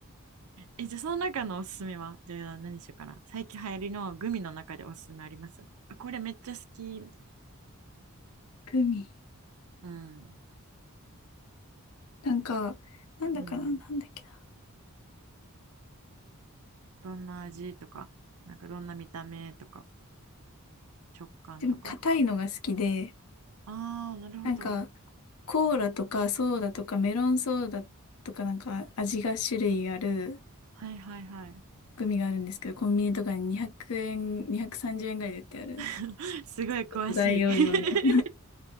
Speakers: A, on the right; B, on the left.
A: え、じゃあその中のおすすめはじゃあ何にしようかな。最近流行りのグミの中でおすすめありますあ、これめっちゃ好き。
B: グミ。
A: うん。
B: なんか、なんだかな、
A: うん。
B: なんだっけな。
A: どんな味とか、なんかどんな見た目とか、食感とか。
B: でも、硬いのが好きで、
A: ああ、なるほど。
B: なんか、コーラとかソーダとかメロンソーダとかなんか味が種類ある
A: はいはいはい。
B: グミがあるんですけど、コンビニとかに200円、230円ぐらいで売ってある。
A: <laughs> すごい詳しい。
B: ちょっと大容量の
A: <laughs>
B: <laughs>